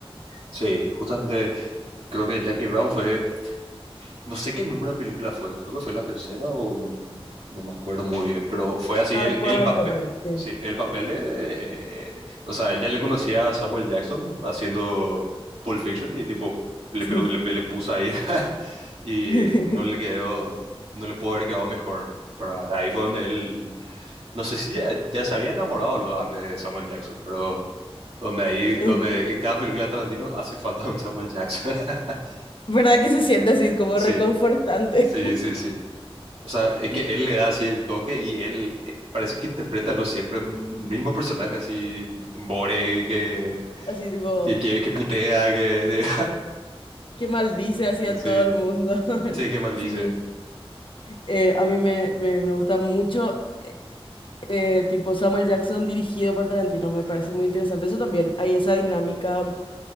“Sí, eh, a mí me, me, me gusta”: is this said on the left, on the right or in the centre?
Left